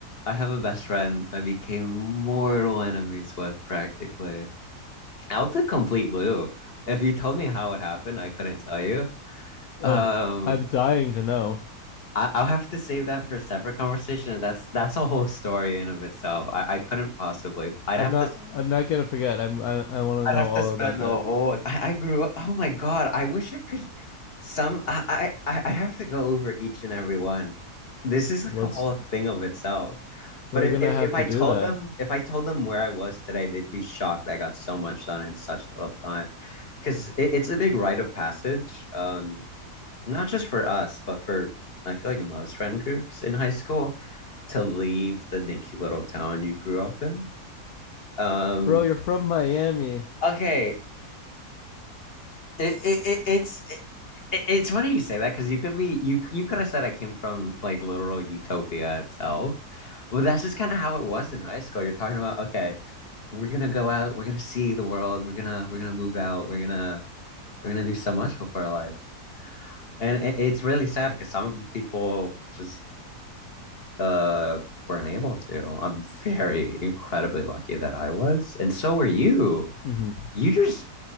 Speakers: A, on the left; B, on the left.
A: I have a best friend I became mortal enemies with practically out the complete blue. If you told me how it happened, I couldn't tell you.
B: Ugh,
A: Um,
B: I'm dying to know.
A: I, I'll have to save that for a separate conversation. That's that's a whole story in of itself. I, I couldn't possibly. I'd
B: I'm
A: have
B: not.
A: to.
B: I'm not gonna forget. I'm. I. I want
A: I'd
B: to know
A: have
B: all
A: to spend
B: about
A: the
B: that.
A: whole. like, I, I grew up. Oh my God! I wish I could. Some. I. I. I'd have to go over each and every one. This is like
B: Let's.
A: a whole thing of itself.
B: We're
A: But if
B: gonna
A: if
B: have
A: if I
B: to
A: told
B: do that,
A: them if I told them where I was today, they'd be shocked. I got so much done in such little time, because it, it's a big rite of passage. Um, not just for us, but for I feel like most friend groups in high school to leave the dinky little town you grew up in. Um,
B: bro. You're from Miami.
A: okay, it, it, it it's it, it's funny you say that because you could be you you could have said I came from like literal utopia itself, but that's just kind of how it was in high school. You're talking about okay, we're gonna go out, we're gonna see the world, we're gonna we're gonna move out, we're gonna we're gonna do so much with our life. And it, it's really sad because some people just uh weren't able to. I'm very incredibly lucky that I was, and so were you.
B: Mm-hmm.
A: You just